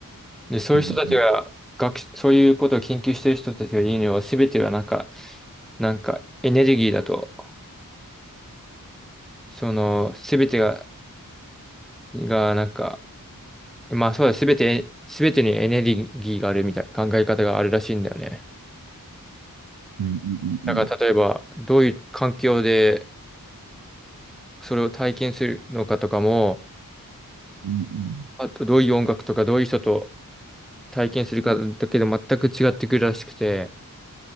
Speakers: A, in the centre; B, on the right.
A: で、そういう人たちが、
B: うん
A: 学、そういうことを研究してる人たちが言うには、全てはなんか、なんか、エネルギーだと、その、すべてが、が、なんか、まあそうだ、すべて、すべてにエネルギーがあるみたいな考え方があるらしいんだよね。
B: うんうんうんうん
A: だから、例えば、どういう環境で、それを体験するのかとかも、
B: うん
A: あと、どういう音楽とか、どういう人と体験するかだけで全く違ってくるらしくて、